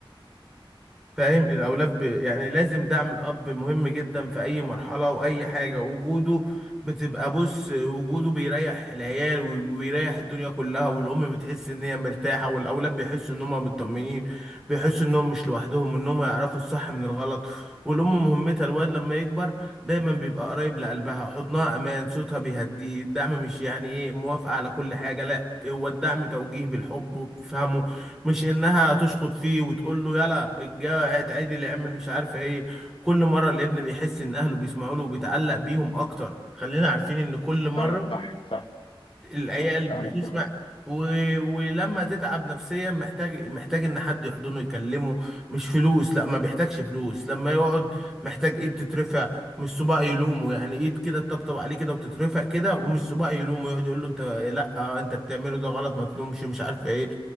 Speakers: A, in the centre; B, on the left.
A: فاهم الاولاد ب... يعني لازم دعم الاب مهم جدا في اي مرحله واي حاجه وجوده بتبقى بص وجوده بيريح العيال وبيريح الدنيا كلها والام بتحس ان هي مرتاحه والاولاد بيحسوا ان هم مطمنين بيحسوا انهم مش لوحدهم انهم يعرفوا الصح من الغلط والام مهمتها الواد لما يكبر دايما بيبقى قريب لقلبها حضنها امان صوتها بيهديه الدعم مش يعني ايه موافقه على كل حاجه لا هو الدعم توجيه بالحب وبفهمه مش انها تشخط فيه وتقول له يلا الجا اتعدل اللي اعمل مش عارفه ايه كل مره الابن بيحس ان اهله بيسمعوا له وبيتعلق بيهم اكتر خلينا عارفين ان كل مره
B: أيوه صح صح
A: العيال
B: صح
A: بتسمع
B: كلامك كله
A: و... ولما تتعب نفسيا محتاج محتاج ان حد يحضنه يكلمه مش فلوس لا ما بيحتاجش فلوس لما يقعد محتاج ايد تترفع مش صباع يلومه يعني ايد كده تطبطب عليه كده وتترفع كده ومش صباع يلومه يقعد يقول له انت لا انت بتعمله ده غلط ما تلومش مش عارف ايه